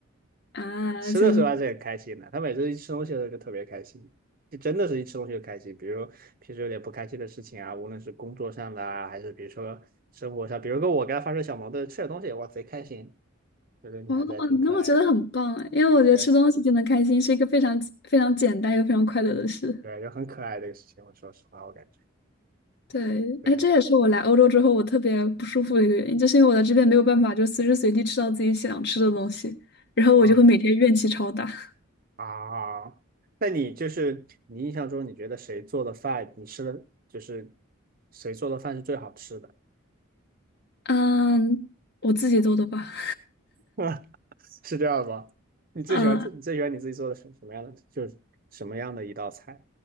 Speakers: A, on the left; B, on the right.
A: 啊，
B: 吃的时候还是很开心的。
A: 这
B: 他每次一吃东西的时候就特别开心，就真的是一吃东西就开心。比如平时有点不开心的事情啊，无论是工作上的啊，还是比如说生活上，比如说我跟他发生小矛盾，吃点东西，哇，贼开心。这个女孩子还挺可爱的，
A: 哦哦，那我觉得很棒哎，因为我觉得吃东西就能开心是一个非常非常简单又非常快乐的事。
B: 对对，就很可爱这个事情。我说实话，我感觉
A: 对，
B: 对。
A: 哎，这也是我来欧洲之后我特别不舒服的一个原因，就是因为我在这边没有办法就随时随地吃到自己想吃的东西，然后我就会每天怨气超大。
B: 啊。啊，那你就是你印象中，你觉得谁做的饭，你吃的就是谁做的饭是最好吃的？
A: 嗯，我自己做的吧，
B: <laughs> 是这样吗？你最喜欢自你最喜欢你自己做的什什么样的，
A: 嗯，
B: 就是什么样的一道菜？